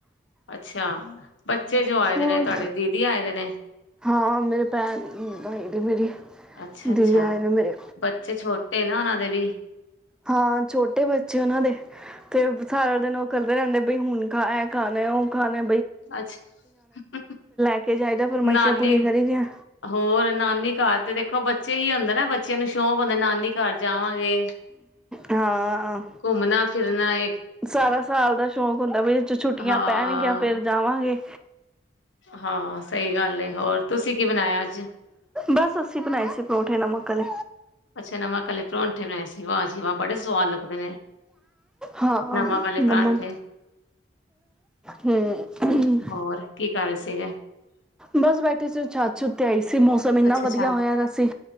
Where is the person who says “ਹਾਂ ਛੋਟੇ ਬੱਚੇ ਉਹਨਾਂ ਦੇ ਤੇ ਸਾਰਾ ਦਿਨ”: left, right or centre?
Centre